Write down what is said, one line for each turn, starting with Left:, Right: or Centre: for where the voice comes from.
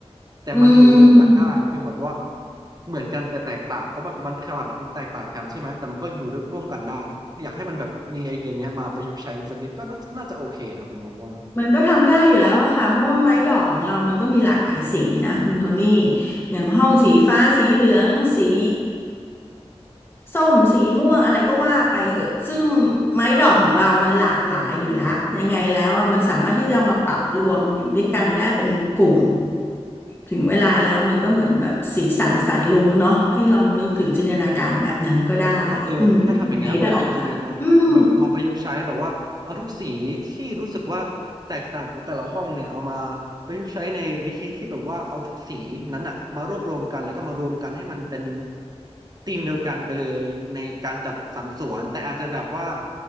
Right: แต่มันอยู่รวมกันได้ฟีลแบบว่า
Left: อืม
Right: เหมือนกันแต่แตกต่างเพราะมันมันขนาดมันแตกต่างกันใช่ไหมแต่มันก็อยู่ร่วมกันได้อยากให้มันแบบมีไอเดียเนี้ยมาประยุกต์ใช้สักนิดก็น่าน่าจะโอเคนะผมมองว่า
Left: มันก็ทำได้อยู่แล้วอะค่ะเพราะว่าไม้ดอกของเรามันก็มีหลากหลายสีนะคุณโทนี่อย่างห้องสีฟ้าสีเหลืองสีส้มสีม่วงอะไรก็ว่าไปเหอะซึ่งไม้ดอกของเรามันหลากหลายอยู่ละยังไงแล้วอะมันสามารถที่จะเอามาปรับรวมอยู่ด้วยกันได้เป็นกลุ่มถึงเวลาแล้วมันก็เหมือนแบบสีสันสายรุ้งเนาะให้ลองนึกถึงจินตนาการแบบนั้นก็ได้อืมถ้าเป็นไม้ดอกค่ะอืม
Right: เพราะว่าเออถ้าทำอย่างเงี้ยมันก็คงจะดีเนาะเอาแบบมาประยุกต์ใช้แบบว่าเอาทุกสีที่รู้สึกว่าแตกต่างของแต่ละห้องเนี่ยเอามาประยุกต์ใช้ในวิธีที่แบบว่าเอาทุกสีนั้นอะมารวบรวมกันแล้วก็มารวมกันให้มันเป็นธีมเดียวกันไปเลยในการจัดสรรสวนแต่อาจจะแบบว่า